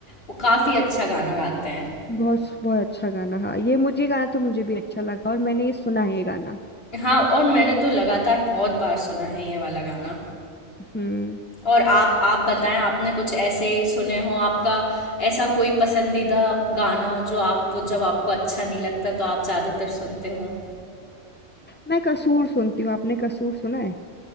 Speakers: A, on the left; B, on the left.
A: वो काफ़ी अच्छा गाना गाते हैं
B: बहुत बहुत अच्छा गाना हाँ ये मुझे ये गाना तो मुझे भी अच्छा लगा और मैंने ये सुना है ये गाना
A: हाँ और मैंने तो लगातार बहुत बार सुना है ये वाला गाना
B: हम्म
A: और आप आप
B: अच्छा।
A: बताएं आपने कुछ ऐसे सुने हो आपका ऐसा कोई पसंदीदा गाना जो आप जब आपको अच्छा नहीं लगता तो आप ज़्यादातर सुनते हो
B: मैं कसूर सुनती हूँ आपने कसूर सुना है